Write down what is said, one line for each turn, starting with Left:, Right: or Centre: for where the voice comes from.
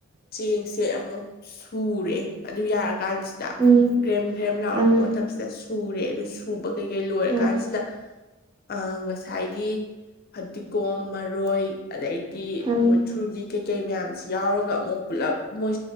Left: ꯆꯦꯡꯁꯦ ꯑꯃꯨꯛ ꯁꯨꯔꯦ ꯑꯗꯨ ꯌꯥꯔꯀꯥꯟꯁꯤ
Right: ꯎꯝ
Left: ꯒ꯭ꯔꯦꯝ ꯒ꯭ꯔꯦꯝ ꯂꯥꯎꯔꯛꯄ
Right: ꯎꯝ
Left: ꯃꯇꯝꯁꯤꯗ ꯁꯨꯔꯦ ꯑꯗꯨ ꯁꯨꯕ ꯀꯩꯀꯩ ꯂꯣꯏꯔ
Right: ꯎꯝ
Left: ꯀꯥꯟꯁꯤꯗ ꯑ ꯉꯁꯥꯏꯒꯤ ꯐꯗꯤꯒꯣꯝ ꯃꯔꯣꯏ ꯑꯗꯩꯗꯤ
Right: ꯎꯝ
Left: ꯃꯨꯊ꯭ꯔꯨꯕꯤ ꯀꯩꯀꯩ ꯃꯌꯥꯝꯁꯤ ꯌꯥꯎꯔꯒ ꯑꯃꯨꯛ ꯄꯨꯜꯂꯞ ꯃꯣꯏ